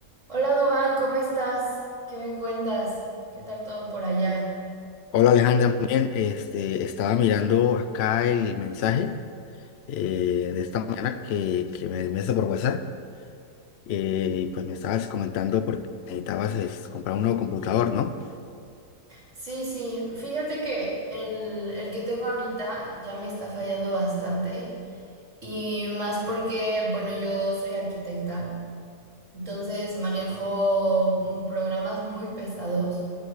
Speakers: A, on the right (about 45°); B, on the left (about 60°).
A: Hola Dubán, ¿cómo estás? ¿Qué me cuentas? ¿Qué tal todo por allá?
B: Hola Alejandra, muy bien. Este, estaba mirando acá el mensaje eh, de esta mañana que, que me enviaste por WhatsApp eh, y pues me estabas comentando porque necesitabas es, comprar un nuevo computador, ¿no?
A: Sí, sí, fíjate que el, el que tengo ahorita ya me está fallando bastante y más porque, bueno, yo soy arquitecta, entonces manejo mm, programas muy pesados